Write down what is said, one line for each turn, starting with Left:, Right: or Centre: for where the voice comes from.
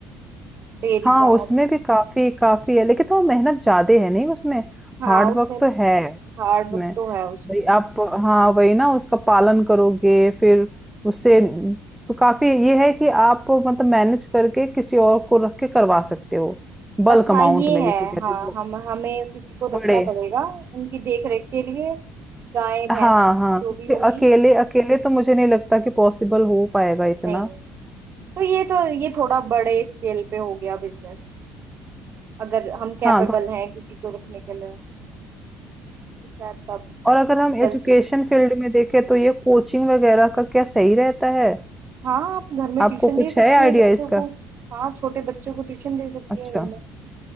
Right: डेयरी
Centre: हाँ
Right: का
Centre: उसमें भी काफी काफी है लेकिन थोड़ा मेहनत ज्यादा है नहीं उसमें
Right: हाँ
Centre: हार्ड
Right: उसमें
Centre: वर्क तो है
Right: हार्ड
Centre: उसमें
Right: वर्क तो है उसमें
Centre: भाई आप हाँ वही ना उसका पालन करोगे फिर उससे न- तो काफी ये है कि आप मतलब मैनेज करके किसी और को रख के करवा सकते हो
Right: बस
Centre: बल्क अमाउंट
Right: हाँ ये
Centre: में
Right: है
Centre: जिसे कहते
Right: हाँ
Centre: हैं वो
Right: हम हमें किसी को रखना
Centre: बड़े
Right: पड़ेगा उनकी देख रेख के लिए गाय भैंस
Centre: हाँ हाँ
Right: जो
Centre: क्योंकि
Right: भी होंगी
Centre: अकेले अकेले तो मुझे नहीं लगता कि पॉसिबल हो पाएगा इतना
Right: नहीं तो ये तो ये थोड़ा बड़े स्केल पे हो गया बिजनेस अगर हम कैपेबल
Centre: हाँ तो
Right: हैं किसी को रखने के लिए तो शायद तब
Centre: और अगर हम एजुकेशन
Right: चल सके
Centre: फील्ड में देखें तो ये कोचिंग वगैरह का क्या सही रहता है
Right: हाँ आप घर में ट्यूशन
Centre: आपको
Right: दे
Centre: कुछ
Right: सकती
Centre: है आइडिया
Right: हैं बच्चों
Centre: इसका
Right: को हाँ छोटे बच्चों को ट्यूशन दे सकती
Centre: अच्छा
Right: हैं घर में